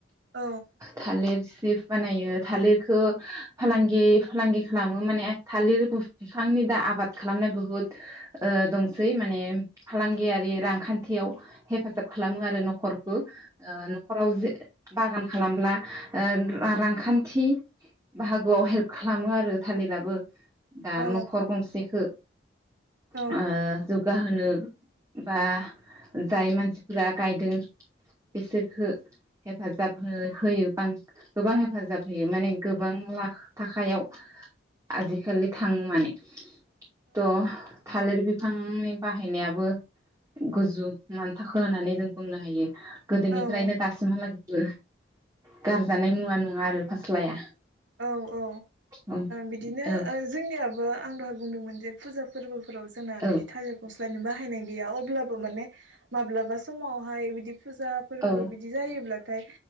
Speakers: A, on the right (about 75°); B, on the right (about 15°).
A: औ
B: थालिर जि बानायो थालिरखौ फालांगि फालांगि खालामो माने थालिर बिफांनि दा आबाद खालामनाय बुहुद ओ दंसै माने फालांगियारि रांखान्थियाव हेफाजाब खालामो आरो नखरखौ ओ नखराव जे बागान खालामब्ला ओ रांखान्थि बाहागोआव हेल्प खालामो आरो थालिराबो दा
A: औ
B: नखर गंसेखौ
A: औ
B: आ जोख गाहोनो बा जाय मानसिफोरा गायदों बिसोरखो हेफाजाब हो होयो बां गोबां हेफाजाब होयो माने गोबां ला थाखायायाव आजिखालि थाङो माने त थालिर बिफांनि बाहायनायाबो गजो मान थाखो होननानै जों बुंनो हायो गोदोनिफ्रायनो
A: औ
B: दासिमहालागैबो गारजानाय मुवा नङा आरो फास्लाया
A: औ औ ओ
B: औ
A: बिदिनो
B: औ
A: ओ जोंनियाबो आं दहाय बुंदोंमोन जे फुजा फोरबो फोराव जोंना
B: औ
A: बिदि थालिर बस बाहायनाय गैया अब्लाबो माने माब्लाबा समावहाय बिदि फुजा फोरबो
B: औ
A: बिदि जायोब्लाथाय